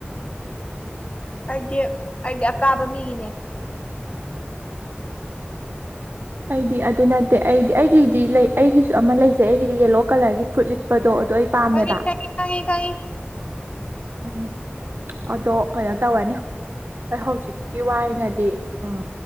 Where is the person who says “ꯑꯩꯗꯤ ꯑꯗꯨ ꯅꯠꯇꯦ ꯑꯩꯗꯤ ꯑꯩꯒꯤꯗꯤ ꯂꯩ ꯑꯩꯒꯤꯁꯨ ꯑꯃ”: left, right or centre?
Right